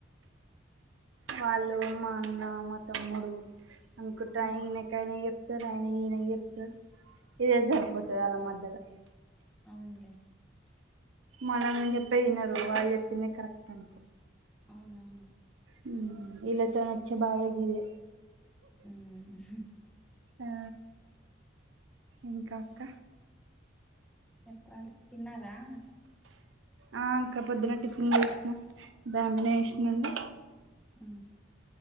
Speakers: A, on the right; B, in the centre.
A: వాళ్ళు మా అన్న మా తమ్ముడు అనుకుంటే
B: ఉమ్,
A: ఈయనకైనా చెప్ చెప్తారు ఆయన ఈయన చెప్తారు ఇదే
B: ఉమ్,
A: సరిపోతది వాళ్ళ మధ్యలో
B: అవునులే
A: మనం చెప్పేది ఇనరు వాళ్ళు చెప్పిందే కరెక్ట్ అంటే
B: అవునవును
A: మ్మ్ వీళ్ళతోని వచ్చే బాధ గిదే
B: హ్మ్ హు
A: ఆ ఇంకా అక్క
B: చెప్పాలి తిన్నారా
A: ఆ ఇంకా పొద్దున టిఫిన్ వేసినా బ్యాబిన వేసినండి
B: ఉ